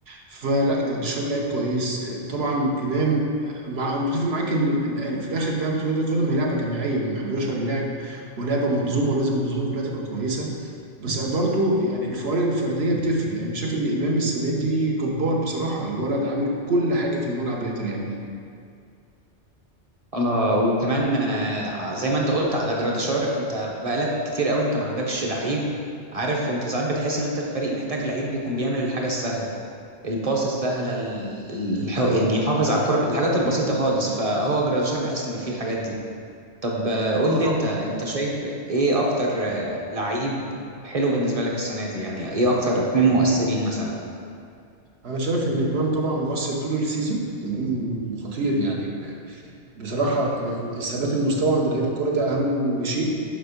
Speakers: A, on the right; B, on the right.
A: فلا جريتشار لعيب كويس وطبعا امام مع بتفق معاك ان الان في الاخر لعبه كره القدم هي لعبه جماعيه من 11 لاعب ولعبه منظومه ولازم المنظومه كلها تبقى كويسه بس برضو يعني الفوارق الفرديه بتفرق يعني أنا شايف ان امام السنه دي جبار بصراحه الولد عامل كل حاجه في الملعب يقدر يعملها
B: اه وكمان آه، زي ما انت قلت على جراديشار انت بقالك كتير قوي انت ما عندكش لعيب عارف انت ساعات بتحس ان انت الفريق محتاج لعيب بيكون بيعمل الحاجه السهله الباس السهله ال- الح... يعني يحافظ على الكره الحاجات البسيطه خالص فهو جراديشار بحس ان في الحاجات دي طب آه، قول
A: اه
B: لي
A: طبعا
B: انت انت شايف ايه اكتر آه، لعيب حلو بالنسبه لك السنه دي يعني ايه اكتر اتنين مؤثرين مثلا
A: انا شايف ان امام طبعا مؤثر طول السيزون امام خطير يعني ب- بصراحه ال- ال- الثبات المستوى عند لعيب الكوره ده اهم شيء